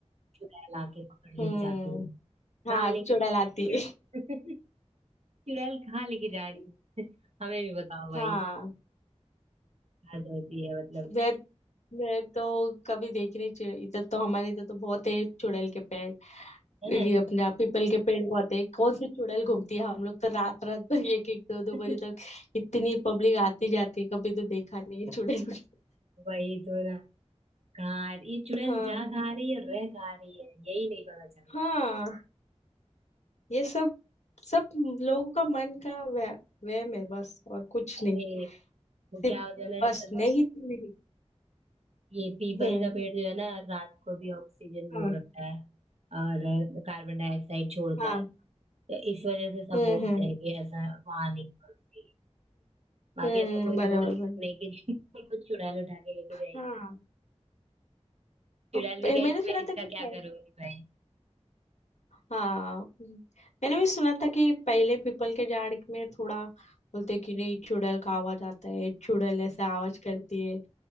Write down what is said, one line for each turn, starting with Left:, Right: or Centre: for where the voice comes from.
Right: चुड़ैल आके पकड़ ले
Left: हम्म
Right: जाती है
Left: हाँ
Right: कहाँ लेके
Left: चुड़ैलाती
Right: जा रही है चुड़ैल <laughs> चुड़ैल कहाँ लेके जा रही है <laughs> हमें भी बताओ भाई
Left: हाँ
Right: हद होती है मतलब
Left: मैं मैं तो कभी देखी नहीं चु- इधर तो हमारे इधर तो बहुत है चुड़ैल के पेड़
Right: है
Left: ये
Right: ना?
Left: अपना पीपल के पेड़ बहुत है कौन सी चुड़ैल घूमती है हम लोग तो रात रात भर एक एक दो दो
Right: <laughs>
Left: बजे तक इतनी पब्लिक आती जाती है कभी तो देखा नहीं है चुड़ैल को।
Right: वही तो ना कहाँ ये चुड़ैल
Left: हाँ
Right: जा कहाँ रही है और रह कहाँ रही है यही नहीं पता चल रहा
Left: हाँ
Right: है
Left: ये सब सब लोगों का मन का वह वहम है बस और कुछ
Right: अरे
Left: नहीं
Right: वो
Left: सिर्फ
Right: क्या होता है ना
Left: बस नहीं
Right: बस
Left: तो नहीं
Right: ये पीपल
Left: हम्म
Right: का पेड़ जो है ना रात को भी ऑक्सीजन वो
Left: हाँ
Right: करता है और कार्बन डाइऑक्साइड छोड़ता
Left: हाँ
Right: है तो इस वजह से सब
Left: हम्म
Right: बोलते
Left: हम्म
Right: हैं कि ऐसा वहां नहीं करती बाकी
Left: हम्म
Right: ऐसा कोई
Left: बराबर
Right: वो रीजन
Left: बराबर
Right: नहीं कि <laughs> कुछ चुड़ैल उठा के लेके
Left: हाँ
Right: जाएगी चुड़ैल
Left: और
Right: भी
Left: पे-
Right: कहेगी
Left: मैंने सुना
Right: मैं इसका
Left: था कि पे-
Right: क्या करूंगी
Left: हाँ हम्म, मैंने भी सुना था कि
Right: भाई
Left: पहले पीपल के झाड़ में थोड़ा बोलते कि नहीं चुड़ैल का आवाज आता है चुड़ैल ऐसा आवाज करती है